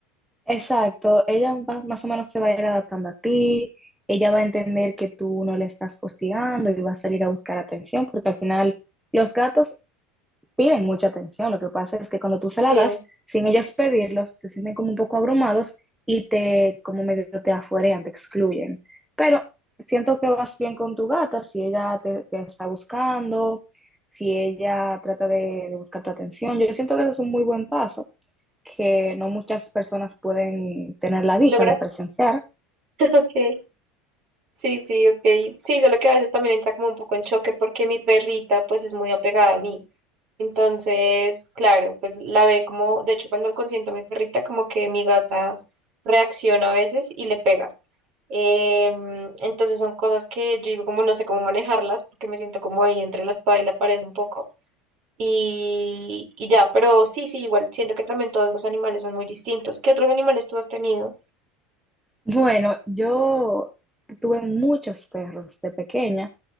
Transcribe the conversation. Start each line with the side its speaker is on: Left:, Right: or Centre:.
Centre: Exacto, ella va- más o menos se va a ir adaptando a ti, ella va a entender que tú no le estás hostigando y va a salir a buscar atención, porque al final los gatos piden mucha atención. Lo que pasa es que cuando tú se la
Right: Sí,
Centre: das, sin ellos pedirlos, se sienten como un poco abrumados y te, como medio te afuerean, te excluyen. Pero siento que vas bien con tu gata, si ella te, te está buscando, si ella trata de, de, buscar tu atención. Yo siento que eso es un muy buen paso, que no muchas personas pueden tener la dicha
Right: lograr.
Centre: de presenciar.
Right: <laughs> Ok. Sí, sí, ok. Sí, solo que a veces también entra como un poco en choque porque mi perrita pues es muy apegada a mí. Entonces, claro, pues la ve como, de hecho, cuando consiento a mi perrita, como que mi gata reacciona a veces y le pega. Em, entonces son cosas que yo digo como no sé cómo manejarlas porque me siento como ahí entre la espada y la pared un poco. Y, y ya, pero sí, sí, igual siento que también todos los animales son muy distintos. ¿Qué otros animales tú has tenido?
Centre: Bueno, yo tuve muchos perros de pequeña